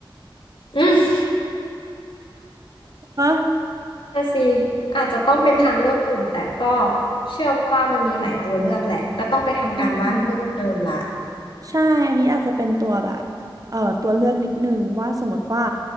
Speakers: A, on the left; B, on the right.
A: <laughs> อืม <laughs>
B: ๆวะ
A: น่ะสิอาจจะต้องเป็นทางเลือกอื่นแต่ก็
B: อืม
A: เชื่อว่ามันมีหลายตัวเลือกแหละก็ต้องไปทำการบ้านเพิ่มเติมละ
B: ใช่ใช่อันนี้อาจจะเป็นตัวแบบเอ่อตัวเลือกนิดนึงว่าสมมติว่า